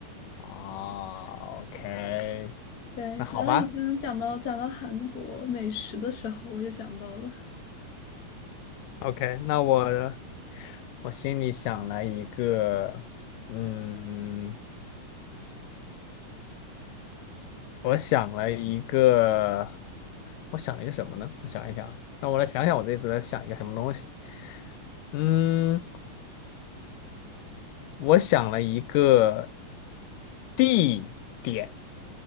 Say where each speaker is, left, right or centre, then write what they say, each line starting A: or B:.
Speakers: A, on the left; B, on the left.
A: 哦，OK，
B: 对，
A: 那好吧
B: 只要你刚刚讲到讲到韩国美食的时候，我就想到了
A: ，OK，那我我心里想了一个，嗯，我想了一个，我想了一个什么呢？我想一想啊，那我来想想我这次在想一个什么东西。嗯，我想了一个地点，